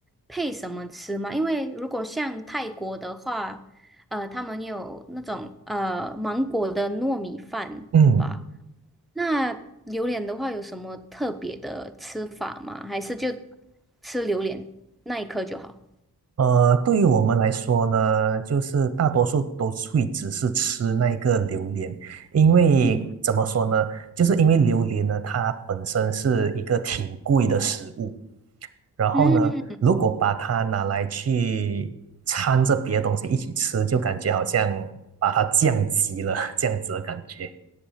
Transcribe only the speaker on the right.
嗯。
呃，对于我们来说呢，就是大多数都会只是吃那个榴莲，因为怎么说呢，
就是因为榴莲呢，它本身是一个挺贵的食物，然后呢，
如果把它拿来去掺着别的东西一起吃，就感觉好像把它降级了这样子的感觉。